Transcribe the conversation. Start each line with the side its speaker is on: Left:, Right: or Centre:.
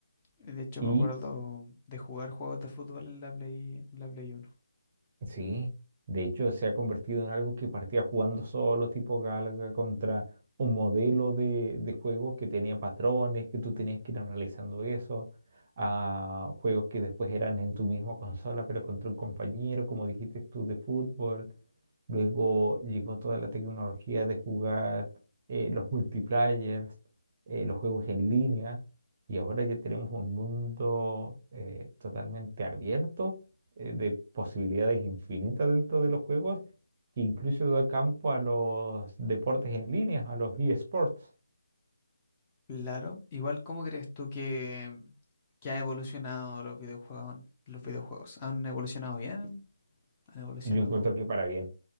Left: De hecho
Right: Y
Left: me acuerdo de jugar juegos de fútbol en la Play, en la Play uno
Right: Sí, de hecho se ha convertido en algo que partía jugando solo, tipo Galaga, contra un modelo de, de juego que tenía patrones, que tú tenías que ir analizando eso, a juegos que después eran en tu misma consola, pero contra un compañero, como dijiste tú, de fútbol. Luego llegó toda la tecnología de jugar eh, los multiplayers, eh, los juegos en línea, y ahora ya tenemos un mundo eh, totalmente abierto eh, de posibilidades infinitas dentro de los juegos, que incluso da campo a los deportes en línea, a los eSports.
Left: Claro. Igual, ¿cómo crees tú que, que ha evolucionado los videojuegos? Los videojuegos. ¿Han evolucionado bien? ¿Han evolucionado?
Right: Yo encuentro que para bien.